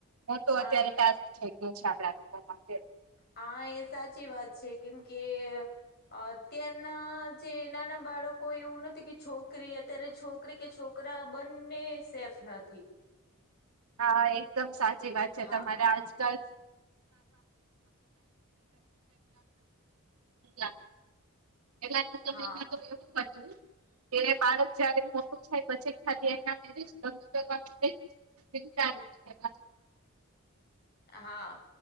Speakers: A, on the right; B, on the left.
A: હ તો
B: હા
A: અત્યારે
B: એ
A: ટાસ્ક થઈ ગયું છે આપડા લોકો માટે.
B: હા, એ સાચી વાત છે કેમ કે. અત્યારના જે નાના બાળકો એવું નથી કે છોકરી અત્યારે છોકરી કે છોકરા બંને સેફ નથી.
A: હા, એકદમ સાચી વાત છે,
B: હા
A: તમારે આજકાલ <unintelligible> એનાના સમયમાં
B: હા
A: તો એવું ક હતુ, કે બાળક જયારે મોટું થાય પછી ખાલી <unintelligible>
B: હા.